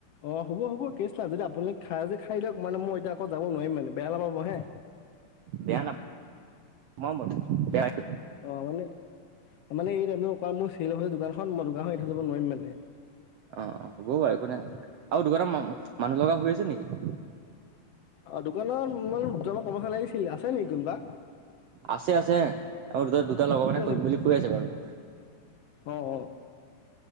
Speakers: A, on the left; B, on the right.
A: অ', হ'ব, হ'ব কেচ নাই যদি আপুনি খাই যি খাই দিয়ক মানে মই এতিয়া আকৌ যাব নোৱাৰিম মানে, বেয়া নাপাব হে। <inaudible>
B: বেয়া নাপ মই ম বেয়া এক
A: অ', মানে মানে এই <unintelligible> মোৰ চেল হয় দোকানখন মই দোকানখন এৰি থৈ যাব নোৱাৰিম মানে।
B: অ', হ'ব বাৰু একো নাই আৰু <unintelligible> মানুহ লগা হৈ আছে নেকি?
A: অ', দোকানত মানে দুটামান কৰ্মচাৰি লাগিছিল, আছে নেকি কোনোবা?
B: আছে, আছে আৰু দুটা-দুটা লগৰ
A: কোন
B: মানে
A: আছে
B: কৰিম বুলি কৈ আছে বাৰু।
A: অ', অ',